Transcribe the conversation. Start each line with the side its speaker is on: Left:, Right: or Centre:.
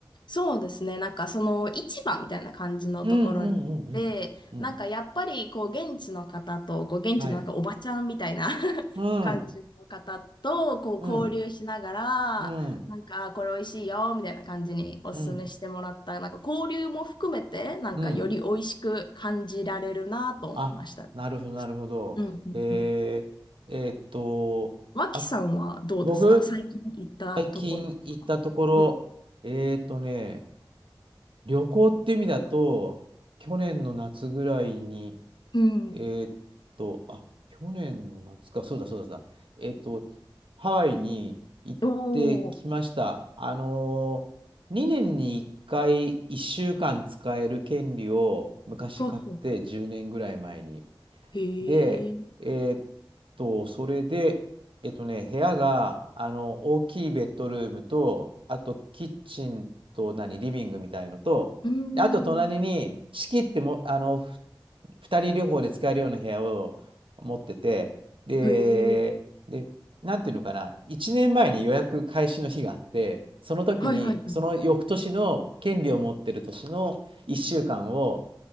Left: そうですね。なんかその市場みたいな感じのところに行って、
Right: うんうんうんうん。うん。
Left: なんかやっぱりこう現地の方と、こう現地のなんかおばちゃんみたいな
Right: はい。
Left: <laughs>
Right: うん。
Left: 感じの方とこう交流しながら、
Right: うん。うん。
Left: なんかこれ美味しいよみたいな感じにお勧めしてもらった、
Right: うん。
Left: なんか交流も含めて、なんかより美味しく感じられるなと思いましたね。
Right: うん。あ、なるほど、なるほど。
Left: うんうんうん。
Right: えー、えーっと、
Left: 脇さんはどうですか最近行ったところとか。
Right: あ、僕、最近行ったところ、
Left: うん。
Right: えーとね、旅行って意味だと、去年の夏ぐらいに、
Left: うん。
Right: えーと、あ、去年の夏か、そうだそうだそうだ、えーと、ハワイに行ってきました。
Left: おー。
Right: あのー、2年に1回1週間使える権利を昔買って10年ぐらい前に。
Left: ほうほう。へ
Right: で、
Left: え。
Right: えーっと、それで、えっとね、部屋が、あの、大きいベッドルームと、あと、キッチンと、何、リビングみたいのと、
Left: うー
Right: であと、隣に、
Left: ん。
Right: 仕切っても、あの、ふ二人旅行で使えるような部屋を持ってて、で、
Left: へえ。
Right: で、なんていうのかな、1年前に予約開始の日があって、その時に、
Left: はいはいはい。
Right: その翌年の権利を持ってる年の1週間を